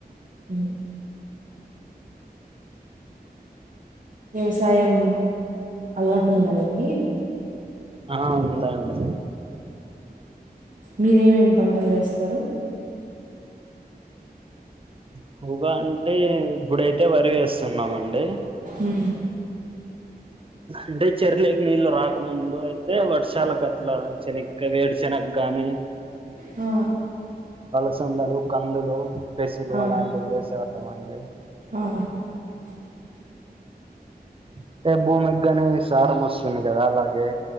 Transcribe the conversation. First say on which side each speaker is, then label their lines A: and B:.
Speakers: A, on the right (about 50°); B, on the right (about 35°).
A: హ్మ్. వ్యవసాయం అలవాటు ఉందా మీకి
B: ఆహా ఉంది అండి
A: మీరు ఏం ఏం పంటలు వేస్తారు
B: క్కువగా అంటే ఇప్పుడైతే వరి వేస్తున్నామండి
A: ఉ
B: అంటే చెర్లేకి నీళ్లు రాక ముందు అంటే వర్షాల గట్ల శనగ్గా వేడి శనగ్ గాని
A: ఆ
B: అలసందలు కందులు పెసులు
A: ఆ!
B: అలాంటివి వేసేవాళ్ళమండి
A: ఆ
B: అంటే భూమికిగాని సారం వస్తుంది కదా అలాగే